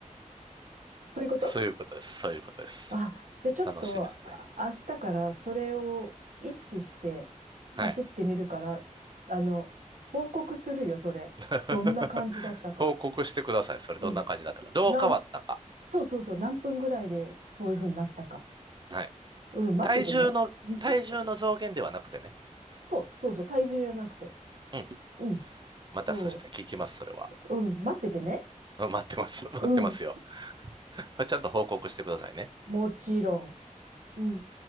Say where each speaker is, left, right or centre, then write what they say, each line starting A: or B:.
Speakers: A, on the right; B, on the right.
A: そういうこと
B: そういうことです。そういうことです。
A: あ、じゃあちょっと明日からそれを意識して走ってみるから、
B: 楽しいですね。はい。
A: あの、報告するよ、それ。
B: <laughs>
A: どんな感じだったか。
B: 報告してください。それどんな感じだったか。
A: うん。
B: どう変わったか。
A: なんそうそうそう、何分ぐらいでそういう風になったか。
B: はい。
A: うん、待っててね。
B: 体重の、
A: <laughs>
B: 体重の増減ではなくてね。
A: そう、そうそう、体重じゃなくて。
B: うん。
A: うん。
B: またそしたら聞きます、
A: そ
B: それは。
A: う。うん、待っててね。
B: うん待ってます。<laughs> 待ってますよ。
A: うん。
B: <laughs> ちゃんと報告してくださいね。
A: もちろん。うん。